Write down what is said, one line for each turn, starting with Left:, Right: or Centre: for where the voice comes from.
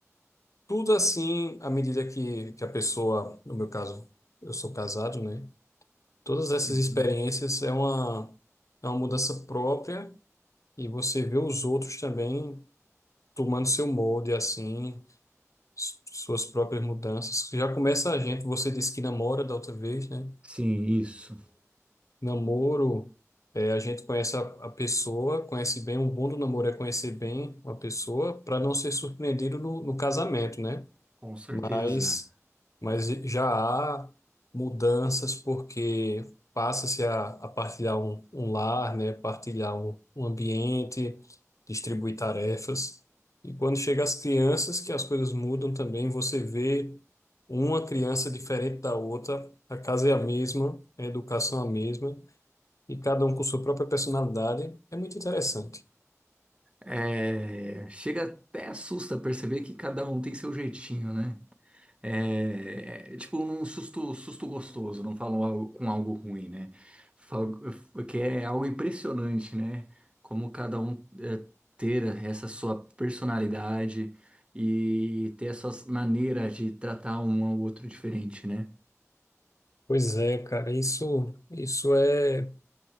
Left: tudo assim, à medida que, que a pessoa, no meu caso, eu sou casado, né? Todas essas
Right: Uhum.
Left: experiências é uma, é uma mudança própria e você vê os outros também tomando seu molde, assim, s- suas próprias mudanças. Já começa a gente, você disse que namora da outra vez, né?
Right: Sim, isso.
Left: Namoro, é, a gente conhece a, a pessoa, conhece bem, um bom do namoro é conhecer bem uma pessoa para não ser surpreendido no, no casamento, né?
Right: Com certeza.
Left: Mas, mas já há mudanças porque passa-se a, a partilhar um, um lar, né? Partilhar um, um ambiente, distribuir tarefas. E quando chega as crianças, que as coisas mudam também, você vê uma criança diferente da outra, a casa é a mesma, a educação é a mesma e cada um com sua própria personalidade, é muito interessante.
Right: É, chega até assusta perceber que cada um tem seu jeitinho, né? É, é, tipo um susto, susto gostoso, não falam algo- com algo ruim, né? Fal- Que é algo impressionante, né? Como cada um é, ter essa sua personalidade e ter as suas maneiras de tratar um ao outro diferente, né?
Left: Pois é, cara, isso, isso é,